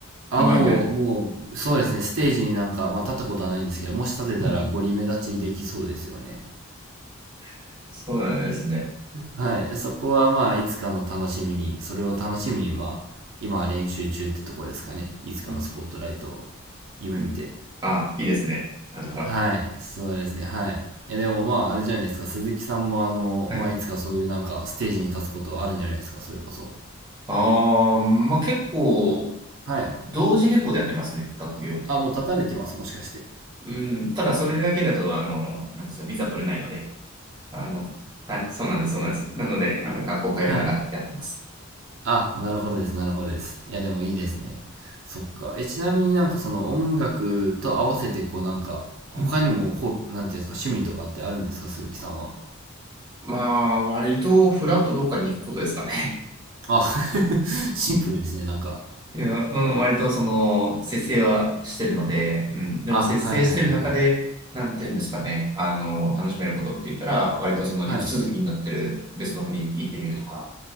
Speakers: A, on the right (about 70°); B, on the right (about 20°).
A: あ、
B: 前に出ると。
A: もう、もう、そうですね、ステージになんか、まあ立ったことはないんですけど、もし立てたらゴリ目立ちできそうですよね。
B: うん <laughs> そうなんですね。
A: はい。そこはまあ、いつかの楽しみに、それを楽しみに、まあ、今は練習中ってところですかね。いつかのスポットライトを
B: うん、
A: 夢見て。
B: うん。あ、いいですね。なんか。
A: はい。そうですね。はい。いや、でもまあ、あれじゃないですか。鈴木さんもあの、
B: はい。
A: まあ、いつかそういうなんか、ステージに立つことはあるんじゃないですか。それこそ。
B: ああ、まあ、結構、
A: はい。
B: 同時並行でやってますね、学業と。
A: あ、もう立たれてます。もしかして。
B: うん、ただ、それだけだと、あの、なんですか、ビザ取れないので、あの、はい、そうなんです、そうなんです。なので、あの、学校通いながらやってます。
A: はい。あ、なるほどです。なるほどです。いや、でもいいですね。そっか。え、ちなみになんかその音楽と合わせて、こうなんか、他にも、
B: うん。
A: ほ、なんていうんですか、趣味とかってあるんですか、鈴木さんは。
B: まあ、割と、フラットどっかに行くことですかね。
A: あ、<laughs> シンプルですね、なんか。
B: <laughs> いや、うん、割と、その、節制はしてるので、うん、でも、
A: あ、
B: 節制してる中で、
A: はいはいはいはい。
B: なんていうんですかね、あの、楽しめることって言ったら、割とその陸続きになってる別の国行ってみるとか。
A: はい。